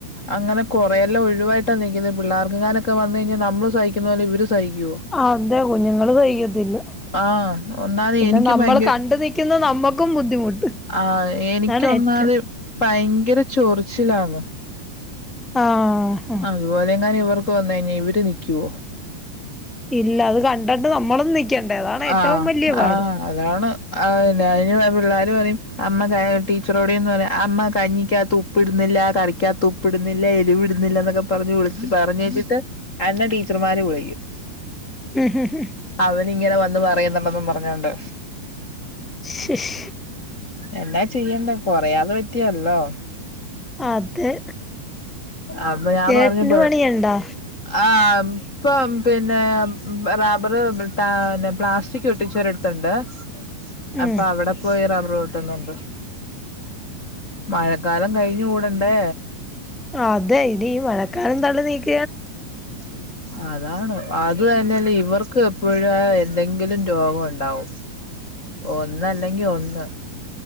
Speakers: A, on the left; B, in the centre.
A: അങ്ങനെ കുറേയെല്ലാം ഒഴിവായിട്ടാ നിൽക്കുന്നത് പിള്ളേർക്കങ്ങാനൊക്കെ വന്ന കഴിഞ്ഞാ നമ്മള് സഹിക്കുന്ന പോലെ ഇവര് സഹിക്കുവോ
B: ആഹ് അതെ കുഞ്ഞുങ്ങള് സഹിക്കത്തില്ല
A: ആഹ് ഒന്നാതെ
B: പിന്നെ
A: എനിക്ക്
B: നമ്മള്
A: ഭയങ്കര
B: കണ്ടു നി ക്കുന്ന നമ്മക്കും ബുദ്ധിമുട്ട്
A: ആഹ് എനിക്കൊന്നാത്
B: അതാണ് ഏറ്റവും
A: പയങ്കര ചൊറിച്ചിലാന്ന്
B: ആഹ് ഉം
A: ഇതുപോലെ എങ്ങാനും ഇവർക്ക് വന്നു കഴിഞ്ഞാ ഇവര് നിക്കുവോ
B: ഇല്ല അത് കണ്ടട്ട് നമ്മളും നിക്കണ്ടേ അതാണ് ഏറ്റവും
A: ആഹ്
B: വലിയ പാട്
A: ആഹ് അതാണ് ആ അയിന് പിള്ളേര് പറയും അമ്മ ക ടീച്ചറോട് ചെന്ന് പറയും അമ്മ കഞ്ഞിക്കാത്ത് ഉ പ്പിടുന്നില്ല കറിക്കാത്ത് ഉപ്പ് ഇടുന്നില്ല എരിവ് ഇടുന്നില്ല എന്നൊക്കെ പറഞ്ഞു വിളിച്ച് പറഞ്ഞേച്ചിട്ട് അന്ന് ടീച്ചർമാര് വിളിക്കും
B: ഉം ഉം ഉം
A: അവനിങ്ങനെ വന്ന് പറയുന്നുണ്ടന്നും പറഞ്ഞോണ്ട്
B: ശ് ശ്
A: എന്നാ ചെയ്യണ്ടെ കൊറയാതെ പറ്റിയേലല്ലോ
B: അതെ
A: അപ്പൊ ഞാൻ
B: ചേട്ടന്
A: പറഞ്ഞു പെ
B: പണിയുണ്ടാ
A: ആഹ് ഇപ്പം പിന്നെ റബറ് ട്ടാന് പ്ലാസ്റ്റിക് പൊട്ടിച്ചൊരിടുത്തുണ്ട്
B: ഉം
A: അപ്പോ അവിടെ പോയി റബ്ബറ് വെ ട്ടുന്നുണ്ട് മഴക്കാലം കഴിഞ്ഞു കൂടണ്ടേ
B: അതെ ഇനി ഈ മഴക്കാലം തള്ളി നീക്ക്
A: <inaudible> അതാണ് അത് തന്നെയല്ല ഇവർക്ക് എപ്പോഴും എന്തെങ്കിലും രോഗം ഒണ്ടാവും ഒന്നല്ലെങ്കി ഒന്ന്